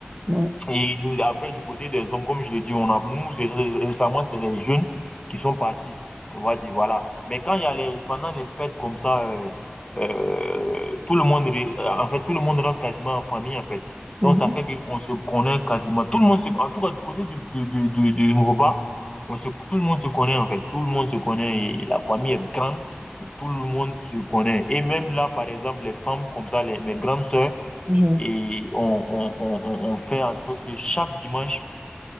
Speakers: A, on the right (about 30°); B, on the left (about 20°).
A: ouais.
B: Et après, du côté des hommes, comme je le dis, on a, nous, c'est- récemment, c'est les jeunes qui sont partis. On va dire, voilà. Mais quand il y a les, pendant les fêtes comme ça, euh, euh, tout le monde, ré- en fait, tout le monde rentre quasiment en famille, en fait.
A: Mhm,
B: Donc, ça fait qu'on se connaît quasiment. Tout le monde se, en tout cas, du côté du, du, du, du, du Yoruba, on se, tout le monde se connaît, en fait. Tout le monde se connaît et la famille est grande. mais Tout le monde se connaît. Et même là, par exemple, les femmes comme ça, les, mes grandes sœurs,
A: mhm.
B: et on, on, on, on on fait en sorte que chaque dimanche,